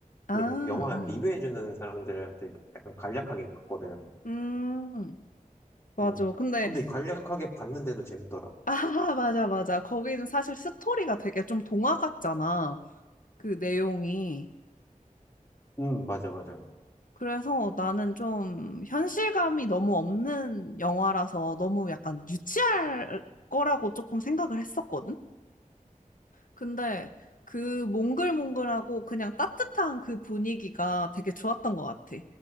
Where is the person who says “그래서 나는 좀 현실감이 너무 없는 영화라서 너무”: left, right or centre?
Left